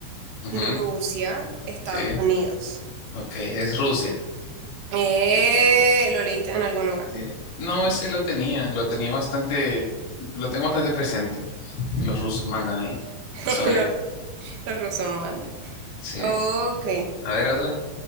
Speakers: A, on the left; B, on the right.
A: Ujú,
B: Rusia, Estados
A: sí,
B: Unidos.
A: ok, es Rusia.
B: Eh, lo leíste en algún lugar.
A: Sí. No, ese lo tenía, lo tenía bastante, lo tengo bastante presente. Los rusos mandan ahí.
B: <laughs>
A: Son
B: Los,
A: elect...
B: los rusos mandan.
A: Sí.
B: Ok.
A: A ver, otra.